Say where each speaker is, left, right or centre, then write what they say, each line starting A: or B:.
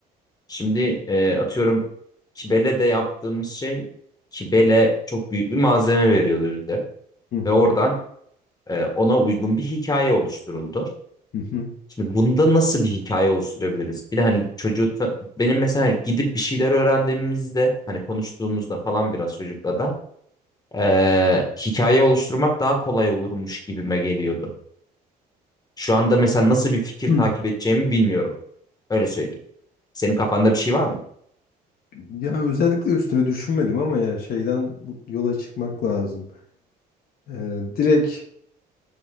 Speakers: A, on the left (about 20°); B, on the left (about 65°).
A: şimdi e, atıyorum Kibele de yaptığımız şey Kibele çok büyük bir malzeme veriyordu bize.
B: hı hı
A: Ve oradan e, ona uygun bir hikaye oluşturuldu.
B: hı.
A: Şimdi bunda nasıl bir hikaye oluşturabiliriz? Bir de hani çocuğu ta- benim mesela gidip bir şeyler öğrendiğimizde hani konuştuğumuzda falan biraz çocukla da e, hikaye oluşturmak daha kolay olurmuş gibime geliyordu. Şu anda mesela nasıl bir fikir
B: hı.
A: takip edeceğimi bilmiyorum. Öyle söyleyeyim. Senin kafanda bir şey var mı?
B: Ya özellikle üstüne düşünmedim ama ya şeyden bu- yola çıkmak lazım. Ee, direkt